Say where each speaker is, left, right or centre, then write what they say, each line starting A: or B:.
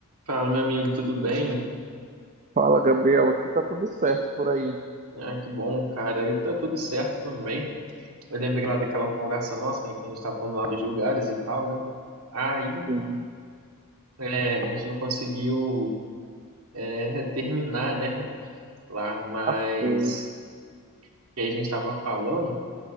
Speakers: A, on the right; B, on the right.
A: Fala, meu amigo, tudo bem?
B: Fala, Gabriel. Aqui tá tudo certo por aí.
A: Ah, que bom, cara. E tá tudo certo também. Eu lembrei lá daquela conversa nossa, né, que a gente tava falando lá dos lugares e tal, né? Aí,
B: Sim,
A: é, a gente não conseguiu, é, terminar, né, lá, mas
B: já foi.
A: que a gente tava falando